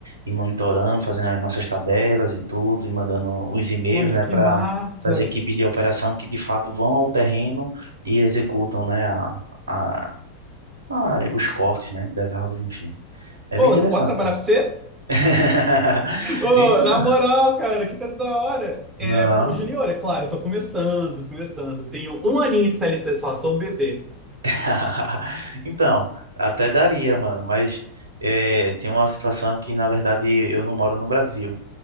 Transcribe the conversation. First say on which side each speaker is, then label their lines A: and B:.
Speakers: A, on the right (about 65°); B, on the right (about 15°).
A: e monitorando, fazendo as nossas tabelas e tudo, e mandando os e-mails,
B: Cara,
A: né,
B: que
A: para
B: massa.
A: as equipes de operação que de fato vão ao terreno e executam, né, a, a, a- os cortes, né, das árvores, enfim. É
B: Ô,
A: bem interessante.
B: eu posso trabalhar pra você?
A: <laughs>
B: <laughs> Ô,
A: Então,
B: na moral, cara, que coisa da hora. É,
A: Não.
B: como junior, é claro, eu tô começando, começando. Tenho um aninho de CLT só, sou um bebê.
A: <laughs> Então, até daria, mano, mas é, tem uma situação que, na verdade, eu não moro no Brasil.